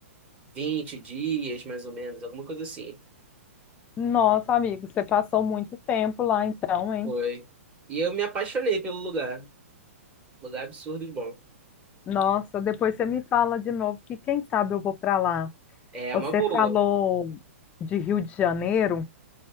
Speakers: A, on the right; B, on the left.
A: 20 dias mais ou menos, alguma coisa assim.
B: Nossa, amigo, você passou muito tempo lá então, hein?
A: Foi. E eu me apaixonei pelo lugar. Lugar absurdo de bom.
B: Nossa, depois você me fala de novo que quem sabe eu vou para lá.
A: É
B: Você
A: uma boa.
B: falou de Rio de Janeiro,